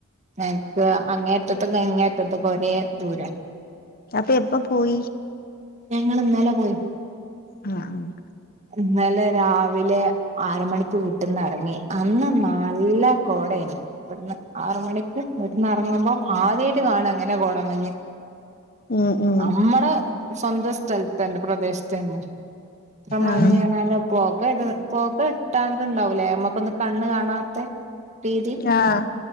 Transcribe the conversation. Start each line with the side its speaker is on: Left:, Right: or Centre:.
Right: എനിക്ക് അങ്ങേഅറ്റത്ത് നിന്ന് ഇങ്ങേ റ്റത്തേക്ക് ഒരേ ദൂര
Left: അപ്പൊ എപ്പ പോയി
Right: ഞങ്ങളിന്നലെ പോയി
Left: ആഹ് ആഹ്
Right: ഇന്നലെ രാവിലെ ആറ് മണിക്ക് വീട്ടെന്ന് ഇറങ്ങി അന്ന് നല്ല കോടേന് ഇവിടുന്ന് ആറ് മണിക്ക് ഇവിടന്ന് ഇറങ്ങുമ്പോം ആദ്യമായിട്ട് കാണാ ഇങ്ങനെ കോടമഞ്ഞ്
Left: ഉം ഉം
Right: നമ്മടെ സ്വന്തം സ്ഥലത്തന്നെ പ്രദേശത്ത് തന്നെ അത്ര മഞ്ഞ്നല്
Left: ആഹ്
Right: പൊക ഇട പൊക ഇട്ടണ്ട്ണ്ടാവുല്ലേ നമ്മക്കൊന്ന് കണ്ണ് കാണാത്ത രീതി
Left: ആഹ്